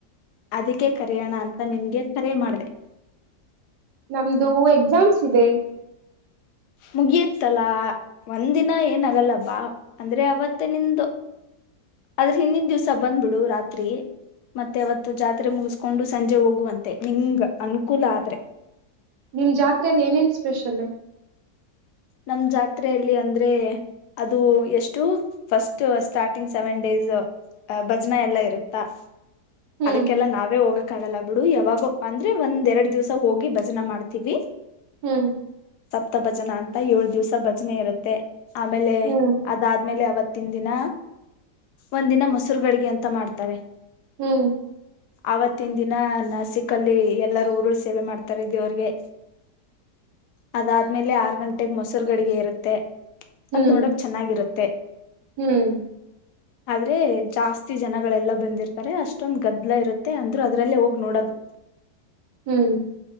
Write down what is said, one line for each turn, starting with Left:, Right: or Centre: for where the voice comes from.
Left: ಅದಕ್ಕೆ ಕರಿಯೋಣ ಅಂತ ನಿನ್ಗೆ ಕರೆ ಮಾಡ್ದೆ.
Right: ನಮ್ದು ಎಕ್ಸಾಮ್ಸ್ ಇದೆ
Left: ಮುಗಿಯತ್ತಲ್ಲಾ ಒಂದಿನ ಏನ ಆಗಲ್ಲ ಬಾ ಅಂದ್ರೆ ಅವತ್ತೆ ನಿಂದು ಆದ್ರ ಹಿಂದಿನ ದಿವ್ಸ ಬಂದ್ಬಿಡು ರಾತ್ರಿ. ಮತ್ತೆ ಅವತ್ತು ಜಾತ್ರೆ ಮುಗಸ್ಕೊಂಡು ಸಂಜೆ ಹೋಗುವಂತೆ ನಿಂಗ್ ಅನುಕೂಲ ಆದ್ರೆ.
Right: ನಿಮ್ಮ್ ಜಾತ್ರೆಯಲ್ಲಿ ಏನೇನು ಸ್ಪೆಷಲ್ಲ.
Left: ನಮ್ಮ್ ಜಾತ್ರೆಯಲ್ಲಿ ಅಂದ್ರೆ ಅದು ಎಷ್ಟು ಫಸ್ಟ್ ಸ್ಟಾರ್ಟಿಂಗ್ ಸೆವೆನ್ ಡೇಸ್. ಅ ಭಜನಾ ಎಲ್ಲ ಇರುತ್ತಾ
Right: ಹ್ಮ್
Left: ಅದಕ್ಕೆಲ್ಲಾ ನಾವೇ ಹೋಗ ಕ್ಕಾಗಲ್ಲ ಬಿಡು ಯಾವಾಗೋ ಅಂದ್ರೆ ಒಂದ್ ಎರಡ್ ದಿವ್ಸ ಹೋಗಿ ಭಜನಾ ಮಾಡ್ತೀವಿ.
Right: ಹ್ಮು
Left: ತ್ತ್ ಭಜನಾ ಅಂತ ಏಳ ದಿವ್ಸ ಭಜನೆ ಇರುತ್ತೆ ಆಮೇಲೆ
Right: ಹ್ಮ್
Left: ಅದಾದ್ಮೇಲೆ ಅವತ್ತಿನ ದಿನ ಒಂದಿನ ಮೊಸೂರು ಗಡ್ಗೆ ಅಂತ ಮಾಡ್ತಾರೆ.
Right: ಹ್ಮು
Left: ಆವತ್ತಿನ ದಿನ ನಸಿಕಲ್ಲಿ ಎಲ್ಲಾರೂ ಊರುಳ ಸೇವೆ ಮಾಡ್ತಾರೆ ದೇವ್ರಗೆ. ಅದಾದ್ಮೇಲೆ ಆರ್ ಗ ಗಂಟೆಗ ಮೊಸರ್ ಗಡಿಗೆ ಇರುತ್ತೆ ಅದ್
Right: ಹ್ಮ್
Left: ನೋಡೋಕ್ ಚೆನ್ನಾಗಿರುತ್ತೆ.
Right: ಹ್ಮ್
Left: ಆದ್ರೆ ಜಾಸ್ತಿ ಜನಗಳೆಲ್ಲ ಬಂದಿರ್ತಾರೆ ಅಷ್ಟೊಂದ್ ಗದ್ಲ ಇರುತ್ತೆ ಅಂದ್ರು ಅದ್ರಲ್ಲೇ ಹೋಗ್ ನೋಡೋದು. <inaudible>
Right: ಹ್ಮು